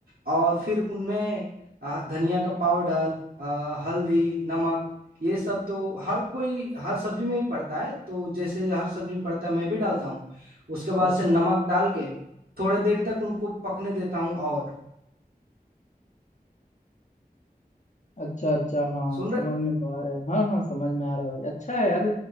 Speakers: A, on the right; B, on the left.
A: और फिर उनमें आ, धनिया का पाउडर आ, हल्दी नमक ये सब तो हर कोई हर सब्जी में ही पड़ता है तो जैसे हर सब्जी में पड़ता है मैं भी डालता हूँ उसके बाद
B: अच्छा
A: से नमक डाल के थोड़े देर तक उनको पकने देता हूँ और
B: अच्छा अच्छा हाँ
A: सुन
B: समझ
A: रहे
B: में तो आ रहा है हाँ हाँ समझ में आ रहा है भाई अच्छा है यार